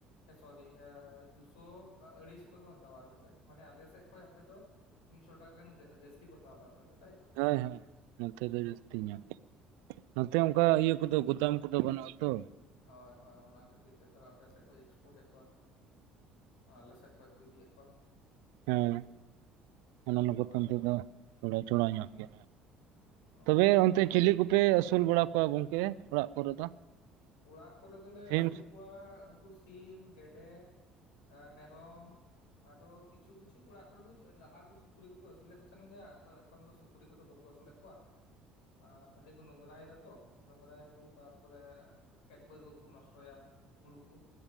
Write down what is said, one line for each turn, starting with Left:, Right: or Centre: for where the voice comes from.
Left: ᱥᱚᱨᱤ ᱮ ᱫᱩᱥᱚ ᱟᱹᱲᱟᱹᱭᱥᱚ ᱜᱮᱠᱚ ᱦᱟᱛᱟᱣᱟ ᱟᱞᱮ ᱥᱮᱜ ᱢᱟᱱᱮ ᱟᱞᱮ ᱥᱮᱜ ᱠᱷᱚᱡ ᱟᱯᱮ ᱫᱚ, ᱢᱤᱫᱥᱚ ᱴᱟᱠᱟ ᱜᱟᱱ ᱡᱟ ᱡᱟᱹᱥᱛᱤ ᱠᱚ ᱦᱟᱛᱟᱣ ᱫᱟ ᱟᱯᱮ ᱥᱮᱫ ᱛᱟᱭᱛᱚ?
Right: ᱦᱳᱭ ᱦᱳᱭ ᱱᱚᱛᱮ ᱫᱚ ᱡᱟᱹᱥᱛᱤ ᱧᱚᱜ ᱜᱮ᱾ ᱱᱚᱛᱮ ᱚᱝᱠᱟ ᱤᱭᱟᱹ
Left: ᱚ
Right: ᱠᱚᱫᱚ ᱜᱩᱫᱟᱢ ᱠᱚᱫᱚ ᱵᱟᱹᱱᱩᱜᱼᱟ ᱛᱚ᱾
Left: ᱦᱳᱭ ᱦᱳᱭ ᱚᱱᱟ ᱠᱷᱟᱹᱛᱤᱨ ᱛᱮ ᱛᱷᱚᱲᱟ ᱟᱯᱮ ᱥᱮᱫ ᱠᱚ ᱮᱠᱥᱯᱳᱨᱴ ᱮᱫ ᱠᱚᱣᱟ᱾ ᱟᱞᱮ ᱥᱮᱜ ᱠᱷᱚᱡ ᱠᱚ ᱤᱫᱤᱭᱮᱫ ᱠᱚᱣᱟ,
Right: ᱦᱮᱸ ᱚᱱᱟ ᱞᱟᱹᱜᱤᱫ
Left: ᱦᱳᱭ
Right: ᱚᱱᱛᱮ
Left: ᱦᱳᱭ᱾
Right: ᱫᱚ ᱛᱷᱚᱲᱟ ᱪᱷᱚᱲᱟ ᱧᱚᱜ ᱜᱮ
Left: ᱚ
Right: ᱛᱚᱵᱮ ᱚᱱᱛᱮ ᱪᱤᱞᱤ ᱠᱚ ᱯᱮ ᱟᱹᱥᱩᱞ ᱵᱟᱲᱟ ᱠᱚᱣᱟ ᱜᱚᱝᱠᱮ ᱚᱲᱟᱜ ᱠᱚᱨᱮ ᱫᱚ?
Left: ᱚᱲᱟᱜ ᱠᱚᱨᱮ ᱫᱚᱞᱮ
Right: ᱥᱤᱢ
Left: ᱟᱹᱥᱩᱞ ᱠᱚᱣᱟ ᱩᱝᱠᱩ ᱥᱤᱢ, ᱜᱮᱰᱮ, ᱟ ᱢᱮᱨᱚᱢ, ᱟᱫᱚ ᱠᱤᱪᱷᱩ ᱠᱤᱪᱷᱩ ᱚᱲᱟᱜ ᱠᱚᱨᱮ ᱫᱚ ᱞᱟᱦᱟᱛᱮ ᱥᱩᱠᱨᱤ ᱠᱚᱠᱚ ᱟᱹᱥᱩᱞᱮᱫ ᱠᱚ ᱛᱟᱦᱮᱱ ᱜᱮᱭᱟ ᱟᱫᱚ ᱮᱠᱷᱚᱱ ᱫᱚ ᱥᱩᱠᱨᱤ ᱠᱚᱫᱚ ᱵᱟᱹᱠᱩ ᱟᱹᱥᱩᱞᱮᱫ ᱠᱚᱣᱟ ᱟᱸ ᱟᱹᱰᱤ ᱠᱚ ᱱᱚᱝᱨᱟᱭ ᱫᱟ ᱛᱚ ᱱᱚᱝᱨᱟᱭᱟᱠᱚ ᱛᱟᱨᱯᱚᱨᱮ ᱠᱷᱮᱛ ᱵᱟᱹᱫᱽ ᱠᱚᱠᱚ ᱱᱚᱥᱴᱚᱭᱟ ᱦᱩᱲᱩ ᱠᱩ